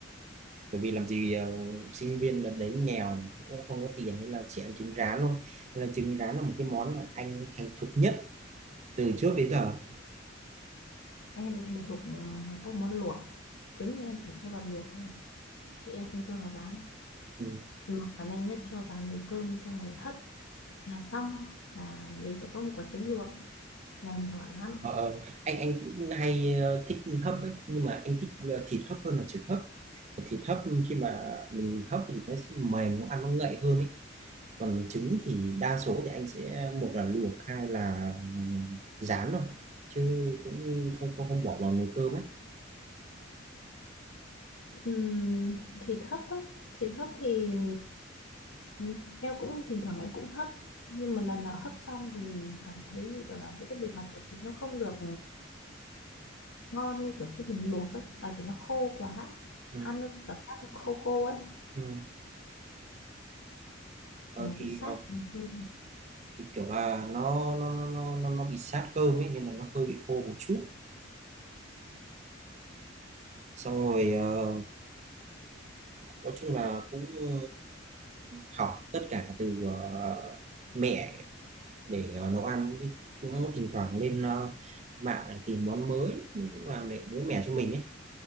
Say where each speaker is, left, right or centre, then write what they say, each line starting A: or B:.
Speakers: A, on the right (about 35°); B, on the left (about 85°).
A: bởi vì làm gì ờ, sinh viên đợt đấy nghèo cũng không có tiền nên là chỉ ăn trứng rán thôi nên là trứng rán là một cái món mà anh thành thục nhất từ trước đến giờ
B: em thành thục ừ, các món luộc trứng thì em chỉ cho vào luộc thôi chứ em không cho vào rán
A: Ừ.
B: luộc và nhanh nhất cho vào nồi cơm xong rồi hấp là xong là mình sẽ có một quả trứng luộc nhanh gọn lắm
A: Ờ, ờ. anh anh cũng hay ờ, thích hấp ấy nhưng mà anh thích ờ, thịt hấp hơn là trứng hấp thịt hấp khi mà mình hấp thì nó sẽ mềm nó ăn nó ngậy hơn ấy còn trứng thì đa số thì anh sẽ một là luộc hai là ừ, rán thôi chứ cũng không không không bỏ vào nồi cơm ấy
B: Ừm, thịt hấp á thịt hấp thì ừm, em cũng thỉnh thoảng em cũng hấp nhưng mà lần nào hấp xong thì cảm thấy như kiểu là với cái bề mặt của thịt nó không được ngon như kiểu khi mình luộc ấy tại vì nó khô quá
A: ừ.
B: ăn nó cảm giác nó khô khô ấy
A: Ừ. Ờ,
B: nó bị
A: thì,
B: sát
A: ờ,
B: nhiều hơn
A: thì kiểu là nó nó nó nó nó nó bị sát cơm ấy nên là nó hơi bị khô một chút xong rồi ờ, nói chung là cũng ờ, học tất cả từ ờ, mẹ để ờ, nấu ăn cũng thỉnh thoảng lên ờ, mạng để tìm món mới cũng làm để mới mẻ cho mình ấy